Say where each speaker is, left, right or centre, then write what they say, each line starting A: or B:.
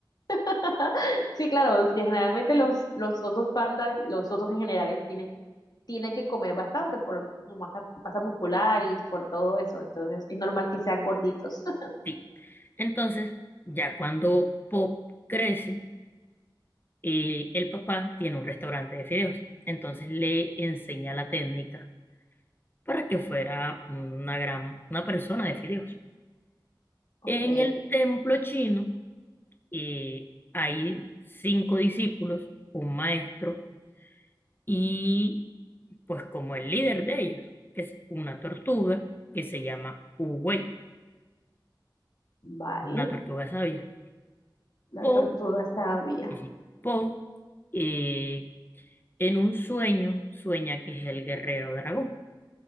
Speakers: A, on the left; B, on the left.
A: <laughs> Sí, claro, los- generalmente los, los osos pandas, los osos en general tienen, tienen que comer bastante por su masa, masa muscular y por todo eso. Entonces, es normal que sean gorditos. <laughs>
B: Sí. Entonces, ya cuando Pop crece, eh, el papá tiene un restaurante de fideos. Entonces le enseña la técnica para que fuera una gran, una persona de fideos.
A: Ok,
B: En el templo chino, eh, hay cinco discípulos, un maestro y pues como el líder de ellos, que es una tortuga que se llama Uwey,
A: vale.
B: una tortuga sabia.
A: La
B: Po,
A: tortuga sabia.
B: eh, Po eh, en un sueño sueña que es el guerrero dragón.